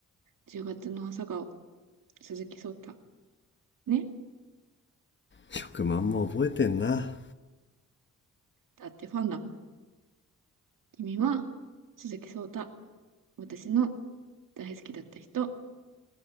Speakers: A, on the right (about 65°); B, on the left (about 35°).
A: 10月の朝顔、鈴木聡太。ね。
B: 1 0ま万も覚えてんな
A: だってファンだ君は鈴木聡太。私の大好きだった人。